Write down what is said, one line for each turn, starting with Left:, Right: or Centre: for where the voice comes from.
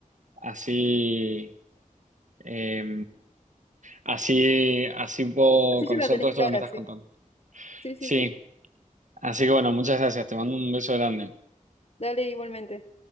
Right: Así, eh, así, así puedo
Left: Así
Right: conocer
Left: ya la tenés
Right: todo esto
Left: clara,
Right: que me estás
Left: sí.
Right: contando.
Left: Sí, sí,
Right: Sí,
Left: sí.
Right: así que bueno, muchas gracias. Te mando un beso grande.
Left: Dale igualmente.